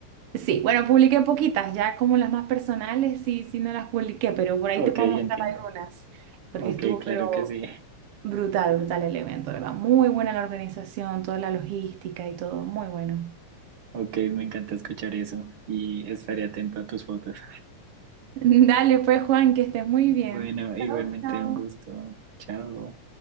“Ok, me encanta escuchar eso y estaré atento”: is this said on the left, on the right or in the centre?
Right